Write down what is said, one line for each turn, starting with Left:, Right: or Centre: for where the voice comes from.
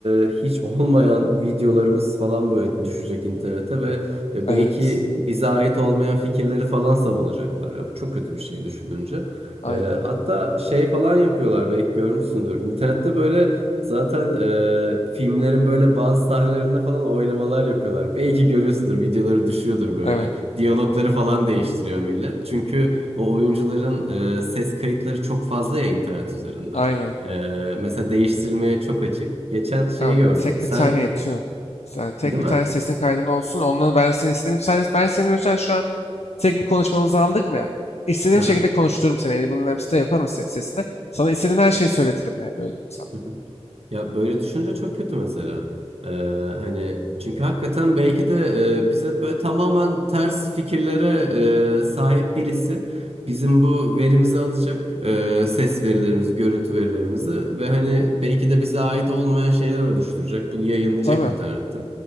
Right: e, hiç olmayan videolarımız falan böyle düşecek internete ve e,
Left: Evet,
Right: belki bize ait olmayan fikirleri falan savunacaklar. Ya bu çok kötü bir şey düşününce.
Left: aynen,
Right: E, hatta şey falan yapıyorlar belki görmüşsündür. İnternette böyle zaten e, filmlerin böyle bazı sahnelerinde falan oynamalar yapıyorlar. Belki görüyorsundur videoları düşüyordur böyle.
Left: evet,
Right: Diyalogları falan değiştiriyor millet. Çünkü o oyuncuların e, ses kayıtları çok fazla ya internet üzerinde.
Left: aynen.
Right: E, mesela değiştirilmeye çok açık. Geçen şeyi
Left: Tamam,
Right: gördüm.
Left: tek
Right: Sen
Left: bir tane yetiyor. Sen tek
Right: değil
Left: bir tane
Right: mi?
Left: sesin kaydın olsun. Onunla ben seni istediğim sen, ben seni mesela şu an tek bir konuşmamızı aldık mı ya? İstediğim
Right: Aha.
Left: şekilde konuştururum seni. Elbinin hepsini yaparım senin sesine. Sana istediğin her şeyi söyletirim yani öyle diyeyim sana.
Right: Hı hı. Ya böyle düşünce çok kötü mesela. E, hani çünkü hakikaten belki de e, bize böyle tamamen ters fikirlere e, sahip birisi bizim bu verimizi alacak. E, ses verilerimizi, görüntü verilerimizi ve hani belki de bize ait olmayan şeyler oluşturacak. Bunu yayınlayacak
Left: Tabii.
Right: internette.